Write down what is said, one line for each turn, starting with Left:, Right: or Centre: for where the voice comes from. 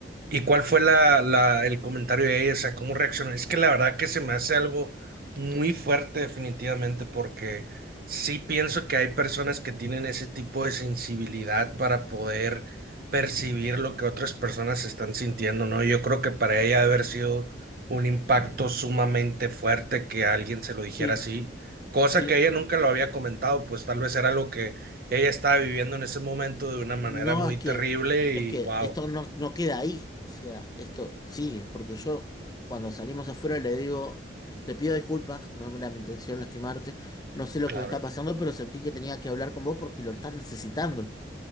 Right: ¿Y cuál fue la, la- el comentario de ella? O sea, ¿cómo reaccionó? Es que la verdad que se me hace algo muy fuerte definitivamente porque sí pienso que hay personas que tienen ese tipo de sensibilidad para poder percibir lo que otras personas están sintiendo, ¿no? Yo creo que para ella debe haber sido un impacto sumamente fuerte que alguien se lo dijera
Left: Sí,
Right: así, cosa
Left: sí.
Right: que ella nunca lo había comentado, pues tal vez era lo que ella estaba viviendo en ese momento de una manera
Left: No,
Right: muy
Left: es que,
Right: terrible
Left: es
Right: y
Left: que
Right: wow,
Left: esto no, no queda ahí, o sea, esto sigue, porque yo cuando salimos afuera le digo, te pido disculpas, no era mi intención lastimarte, no sé lo
Right: claro.
Left: que me está pasando, pero sentí que tenía que hablar con vos porque lo estás necesitando.